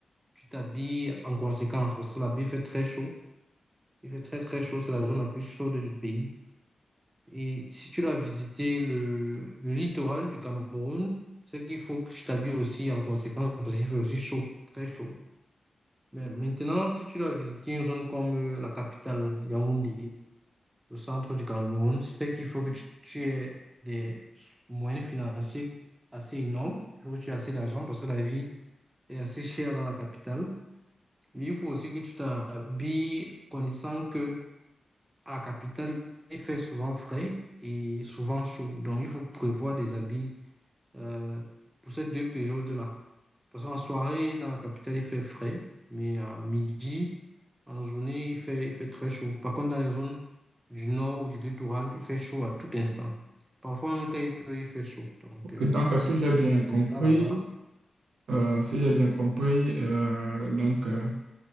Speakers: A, on the right; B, on the right.
A: tu t'habilles en conséquence parce que là-bas, il fait très chaud. Il fait très, très chaud. C'est la zone la plus chaude du pays. Et si tu vas visiter le, le littoral du Cameroun, c'est qu'il faut que tu t'habilles aussi en conséquence parce qu'il fait aussi chaud, très chaud. Mais maintenant, si tu dois visiter une zone comme euh, la capitale, Yaoundé, au centre du Cameroun, c'est qu'il faut que tu, tu aies des moyens financiers assez énormes, il faut que tu aies assez d'argent parce que la vie est assez chère dans la capitale. Mais il faut aussi que tu t'habilles connaissant que à la capitale, il fait souvent frais et souvent chaud. Donc, il faut prévoir des habits euh, pour ces deux périodes-là. Parce qu'en soirée, dans la capitale, il fait frais, mais à midi, en journée, il fait, il fait très chaud. Par contre, dans les zones du nord ou du littoral, il fait chaud à tout instant. Parfois, même quand il pleut, il fait chaud. Donc, euh,
B: Donc, si j'ai bien compris,
A: c'est ça là-bas.
B: euh, si j'ai bien compris, euh, donc... euh,